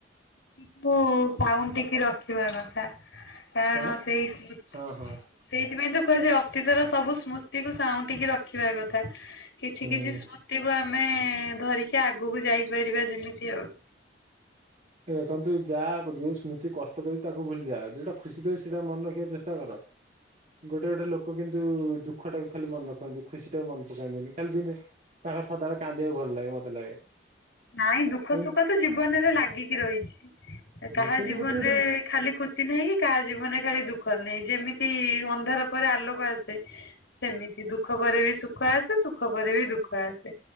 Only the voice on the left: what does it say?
ତିକୁ ସାଉଁଟିକି ରଖିବା କଥା କାରଣ
ସେଇ ସ୍ମୁ
ସେଇଥିପାଇଁ ତ କୁହାଯାଏ ଅତୀତର ସବୁ ସ୍ମୃତିକୁୁ ସାଉଁଟିକି ରଖିବା କଥା। କିଛି
କିଛି ସ୍ମୃତି କୁ ଆମେ ଧରିକି ଆଗକୁ ଯାଇପାରିବା ଯେମିତି ଆଉ।
ନାଇଁ ଦୁଃଖ
ସୁଖ ତ ଜୀବନରେ ଲାଗିକି ରହିଛି ଏ କାହା
ଜୀବନରେ।
ଖାଲି ଖୁସି ନାହିଁ କି କାହା ଜୀବନରେ ଖାଲି ଦୁଃଖ ନାହିଁ ଯେମିତି ଅନ୍ଧାର ପରେ ଆଲୋକ ଆସେ।
ସେମିତି ଦୁଃଖ ପରେ ବି ସୁଖ ଆସେ ସୁଖ ପରେ ବି ଦୁଃଖ ଆସେ